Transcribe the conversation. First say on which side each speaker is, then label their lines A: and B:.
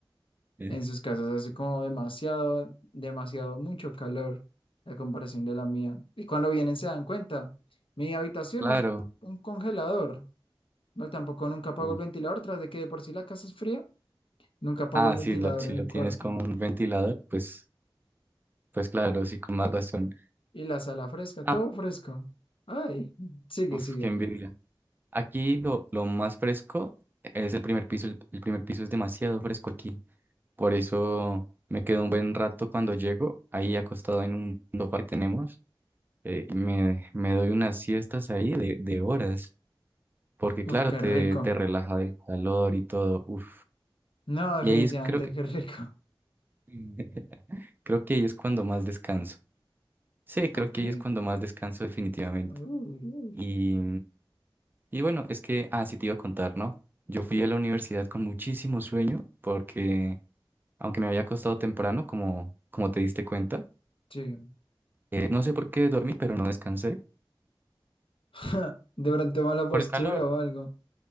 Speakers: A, on the right; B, on the left.
A: Eh,
B: En sus casas hace como demasiado, demasiado mucho calor a comparación de la mía. Y cuando vienen se dan cuenta, mi habitación
A: Claro.
B: es un congelador. No, tampoco nunca apago
A: uf.
B: el ventilador, tras de que de por sí la casa es fría, nunca apago
A: Ah,
B: el ventilador
A: sí, lo, si
B: en
A: lo
B: mi
A: tienes
B: cuarto.
A: con un ventilador, pues, pues claro, sí, con más razón.
B: Y la sala fresca,
A: Ah,
B: todo fresco. Ay, sigue,
A: uf,
B: sigue.
A: qué envidia. Aquí lo, lo más fresco es el primer piso. El, el primer piso es demasiado fresco aquí. Por eso me quedo un buen rato cuando llego, ahí acostado en un sofá que tenemos. eh, y me, me doy unas siestas ahí de, de horas. porque claro,
B: Uf, qué
A: te,
B: rico.
A: te relaja del calor y todo. Uf.
B: No, definitivamente
A: Y ahí es, creo que,
B: qué rico.
A: <laughs> creo que ahí es cuando más descanso. Sí, creo
B: Ok.
A: que ahí es cuando más descanso definitivamente.
B: Uh,
A: Y, y bueno, es que, ah, sí te iba a contar, ¿no? Yo fui a la universidad con muchísimo sueño porque, aunque me había acostado temprano, como, como te diste cuenta,
B: sí.
A: eh, no sé por qué dormí, pero no descansé.
B: <laughs> De pronto mala
A: Por
B: postura
A: el calor,
B: o algo.